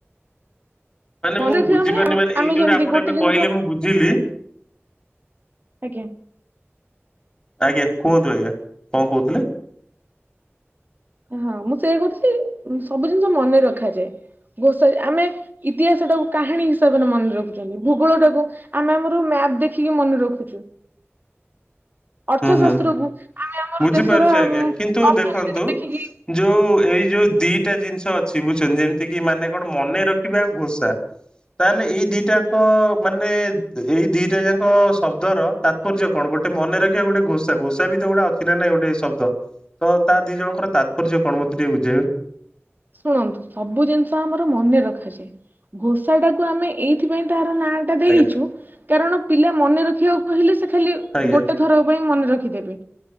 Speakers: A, on the left; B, on the right.
A: ମାନେ
B: ମନେ
A: ମୁଁ
B: ରଖିବା
A: ବୁଝିପାରୁନି
B: ମାନେ
A: ଏଇ
B: ଆମେ
A: ଯୋଉଟା
B: ଯେମିତି
A: ଆପଣ
B: ଗୋଟେ
A: ଏବେ
B: ଜିନିଷ
A: କହିଲେ ମୁଁ ବୁଝିଲି
B: ଆଜ୍ଞା
A: ଆଜ୍ଞା କୁହନ୍ତୁ ଆଜ୍ଞା କଣ କହୁଥିଲେ?
B: ହଁ ମୁଁ ସେୟା କହୁଥିଲି ସବୁ ଜିନିଷ ମନେ ରଖାଯାଏ। ଘୋସା ଆମେ ଇତିହାସ ଟାକୁ କାହାଣୀ ହିସାବରେ ମନେ ରଖୁଛନ୍ତି। ଭୂଗୋଳ ଟାକୁ ଆମେ ଆମର ମ୍ୟାପ ଦେଖିକି ମନେ ରଖୁଚୁ। ଅର୍ଥଶାସ୍ତ୍ରକୁୁ
A: ହୁଁ ହୁଁ ହୁଁ
B: ଆମେ ଆମର
A: ବୁଝିପାରୁଛି
B: ଦେଶର ଅର୍ଥନୀତି
A: ଆଜ୍ଞା କିନ୍ତୁ ଦେଖନ୍ତୁ
B: ଦେଖିକି
A: ଯୋଉ ଏଇ ଯୋଉ ଦିଟା ଜିନିଷ ଅଛି। ବୁଝୁଚନ୍ତି ଯେମିତି କିି ମାନେ କଣ ମନେ ରଖିବା ଆଉ ଘୋଷା। ତାହେଲେ ଏଇ ଦିଟାଙ୍କ ମାନେ ଏଇ ଦିଟା ଯାକ ଶବ୍ଦର ତାତ୍ପର୍ଯ୍ୟ କଣ ଗୋଟେ ମନେ ରଖିବା ଗୋଟେ ଘୋଷା। ଘୋଷା ବି ତ ଗୋଟେ ଅ ଛି କି ନା ନାଇଁ ଗୋଟେ ଶବ୍ଦ ତ ତା ଦିଇ ଜଣଙ୍କ ତାତ୍ପର୍ଯ୍ୟ କଣ ମତେ ଟିକେ ବୁଝେଇବେ।
B: ଶୁଣନ୍ତୁ ସବୁ ଜିନିଷ ଆମର ମନେ ରଖାଯାଏ। ଘୋସା ଟାକୁ ଆମେ ଏଇଥିପାଇଁ ତାହାର ନାଁ ଟା ଦେଖିଚୁ
A: ଆଜ୍ଞା
B: କାରଣ ପିଲା ମନେ ରଖିବାକୁ କହିଲେ ସେ ଖାଲି
A: ଆଜ୍ଞା
B: ଗୋଟେ ଥର ପାଇଁ ମନେ ରଖିଦେବେ